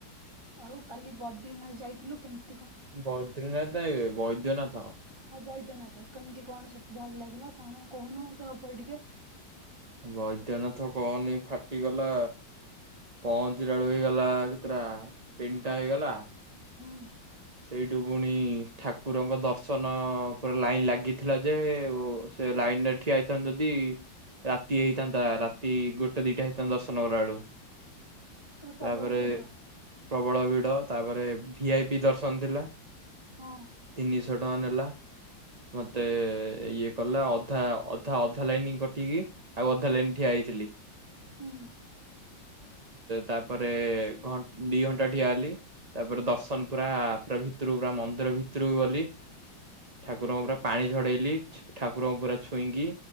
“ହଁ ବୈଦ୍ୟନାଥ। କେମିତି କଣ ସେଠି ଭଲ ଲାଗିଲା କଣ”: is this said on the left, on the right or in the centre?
Right